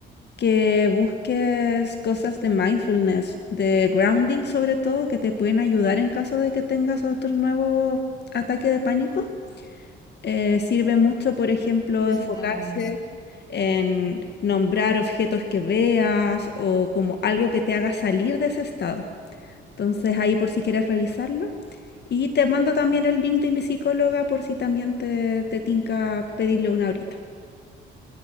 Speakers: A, on the left (about 55°); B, on the left (about 20°).
A: que busques cosas de mindfulness, de grounding sobre todo, que te pueden ayudar en caso de que tengas otro nuevo ataque de pánico. eh, sirve mucho, por ejemplo, enfocarse
B: Sí, te agradezco.
A: en nombrar objetos que veas o como algo que te haga salir de ese estado. Entonces ahí por si quieres revisarlo. Y te mando también el link de mi psicóloga por si también te, te tinca pedirle una horita.